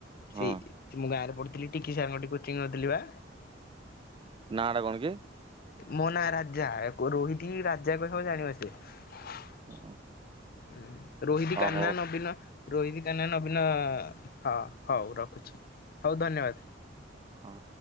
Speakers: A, on the right; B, on the left.
A: ହଁ
B: ସେଇ ମୁଁ ଗାଁ ରେ ପଢୁଥିଲି ଟିକି ସାରଙ୍କଠି କୋଚିଂ ନୋଉଥିଲି ବା।
A: ନାଁ ଟା କଣ କି?
B: ମୋ ନାଁ ରାଜା ରୋହିତ ରାଜା କହିବ ଜାଣି ପାରିତେ।
A: ହଁ
B: ରୋହିତ୍ କାହ୍ନା
A: ହଉ
B: ନବିନ। ରୋହିତ କାହ୍ନା ନବୀନ ହଉ ଧନ୍ୟବାଦ୍।
A: ହଁ